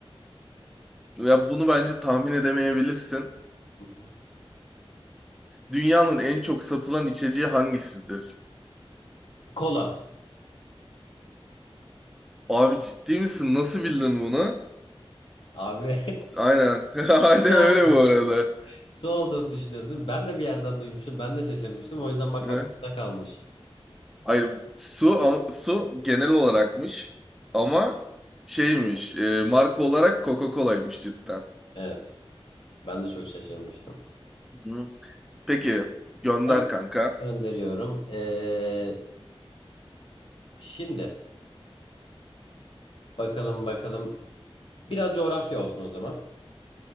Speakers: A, in the centre; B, on the left (about 60°).
A: Ya bunu bence tahmin edemeyebilirsin.
B: Hı hı.
A: Dünyanın en çok satılan içeceği hangisidir?
B: Kola.
A: Abi ciddi misin? Nasıl bildin bunu?
B: Abi.
A: Aynen. <laughs> Aynen
B: <laughs> Sol,
A: öyle bu arada.
B: su olduğunu düşünüyordun değil mi? Ben de bir yerden duymuştum. Ben de şaşırmıştım. O yüzden bak
A: Ne?
B: aklımda kalmış.
A: Hayır su am- su genel olarakmış ama şeymiş e, marka olarak Coca-Cola'ymış cidden.
B: Evet. Ben de çok şaşırmıştım.
A: Hı. Peki gönder
B: Ben
A: kanka.
B: gönderiyorum. Ee, şimdi bakalım bakalım. Biraz coğrafya olsun o zaman.